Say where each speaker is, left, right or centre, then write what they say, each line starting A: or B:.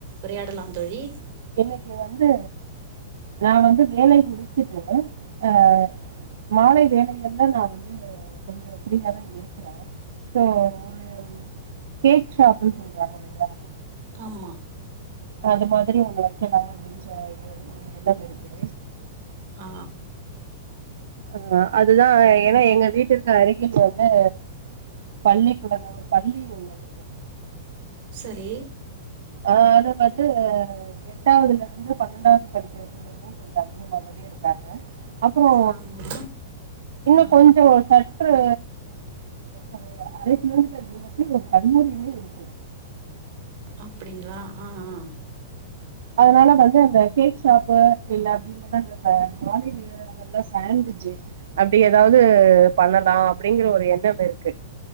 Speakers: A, on the right; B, on the right.
A: உரையாடலா தோழி
B: இன்னைக்கி வந்து நா வந்து வேலை முடித்திட்டு ஆ மாலை வேலைகள்ல நா வந்து கொஞ்சொ ஃப்ரீயா தா இருக்குறே சோ ஒரு கேக் ஷாப்னு சொல்வாங்கல்லையா
A: ஆமா
B: அது மாதிரி ஒன்னு வெக்கலா அப்டின்ற ஒரு என்னம் இருக்கு
A: ஆ
B: ஆ அதுதா ஏன்னா எங்க வீட்டுக்கு அருகில் வந்து பள்ளிக்குலந்த ஒரு பள்ளி உள்ளது
A: சரி
B: ஆ அது வந்து எட்டாவுதுல இருந்து பன்னெண்டாவது படிக்கிற பிள்ளைங்க கொஞ்ச அதிகமாகவே இருக் காங்க அப்புறோ
A: ஆமா
B: இன்னு
A: ஆஹா
B: கொஞ்சோ ச ஒரு ஒரு அரை கிலோமீட்டர் தூரத்தில் ஒரு கல்லூரியுமே இருக்
A: அப்டிங்களா ஆ ஆ
B: அதனால வந்து அந்த கேக் ஷாப்பு இல்ல அப்டில்லனா அந்த மாலை நேர நல்லா சேண்விஜ் அப்டி ஏதாவ்து பண்ணலா அப்டிங்ற ஒரு எண்ணம் இருக்கு